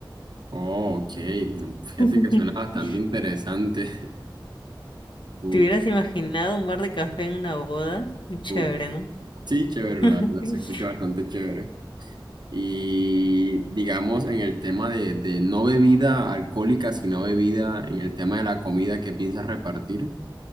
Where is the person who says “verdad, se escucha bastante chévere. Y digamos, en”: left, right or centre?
Right